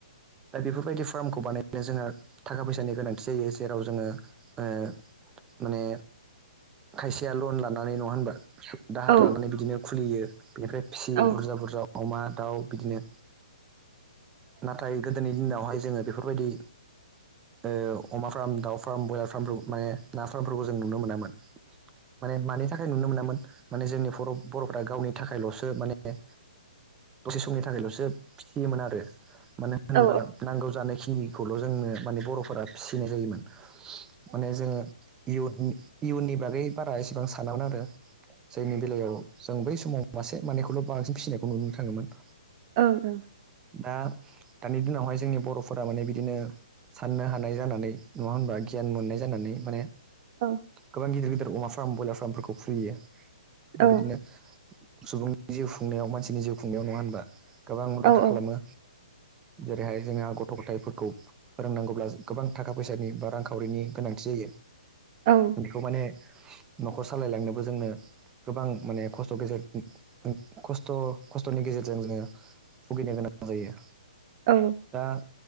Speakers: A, on the right; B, on the right.
A: दा बेफोरबायदि फार्मखौ बानायनो जोंहा थाखा फैसानि गोनांथि जायो जेराव जोङो ओ माने खायसेया लन लानानै नङा होनबा दाहार
B: औ
A: लानानै बिदिनो खुलियो। बेनिफ्राय फिसियो
B: औ
A: बुरजा - बुरजा अमा दाउ बिदिनो नाथाय फाय गोदोनि दिनावहाय जोङो बेफोरबायदि औ अमा फार्म, दाउ फार्म, ब्रयलार फार्मफोरखौ माने नाफार्मफोरखौ जों नुनो मोनामोन माने मानि थाख फ्राय नुनो मोनामोन माने जोंनि' बर'फ ब'रफोरा गावनि थाखायल'सो माने दसे समनि थाखायल'सो फिसियोमोन आरो माने होनबा
B: औ
A: नांगौ जानाय खिनिखौल' जोंनो माने बर'फोरा फिसिनाय जायोमोन। माने जोङो इयु-इयुननि बागै बारा एसेबां सानामोन आरो। जायनि बेलायाव जों बै समाव मासे मानैखौल' बांसिन फिसिनायखौ नुनो थाङोमोन।
B: औ ओ।
A: दा दानि दिनावहाय जोंनि बर'फोरा माने बिदिनो साननो हानाय जानानै नङा होनबा गियान मोननाय जानानै माने
B: ओं।
A: गोबां गिदिर- गिदिर अमा फार्म, ब्रयलार फार्मफोरखौ खुलियो दा
B: ओं
A: बिदिनो सुबुं जिउ खुंनायाव मानसिनि जिउ खुंनायाव नङा होनबा। गोबां मदद
B: औ
A: खालामो
B: औ
A: जेरैहाय जोंहा गथ गथ' गथायफोरखौ फोरोंनांगौब्ला गोबां थाखा फैसानि बा रांखावरिनि गोनांथि जायो।
B: औ।
A: बेखौ माने न'खर सालायलांनोबो जोंनो गोबां माने खस्थ' गेजेर <unintelligible> खस्थ'-खस्थ'नि गेजेरजों जोङो भुगिनो गोनां जायो।
B: औ -औ।
A: दा